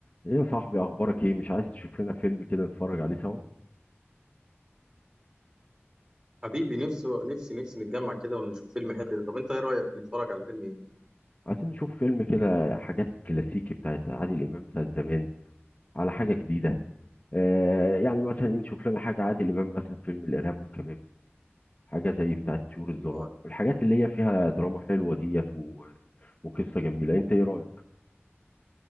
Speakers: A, on the left; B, on the right.
A: ايه يا صاحبي اخبارك ايه مش عايز تشوف لنا فيلم كده نتفرج عليه سوا
B: حبيبي نفسي نفسي نفسي نتجمع كده ونشوف فيلم حلو كده طب انت ايه رأيك نتفرج على فيلم ايه
A: عايزين نشوف فيلم كده حاجات كلاسيكي بتاعت عادل امام بتاعت زمان على حاجه جديده آه يعني مثلا إيه، نشوف لنا حاجه عادل امام مثلا فيلم الارهاب والكباب حاجه زي بتاعت طيور
B: الله
A: الظلام
B: عليك.
A: الحاجات اللي هي فيها دراما حلوه ديت و... وقصه جميله انت ايه رايك